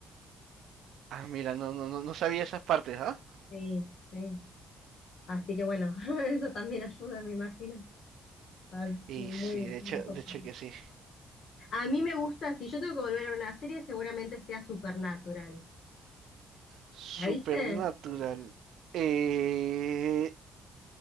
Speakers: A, on the right (about 75°); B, on the left (about 65°).
A: Ah, mira, no, no, no, no sabía esas partes, ¿ah?
B: Sí, sí. Así que bueno, <laughs> eso también ayuda, me imagino. Ah, es
A: Y
B: Muy,
A: sí, de
B: muy
A: hecho,
B: copado.
A: de hecho que sí.
B: A mí me gusta, si yo tengo que volver a ver una serie, seguramente sea Supernatural.
A: Supernatural.
B: ¿La viste?
A: Eh,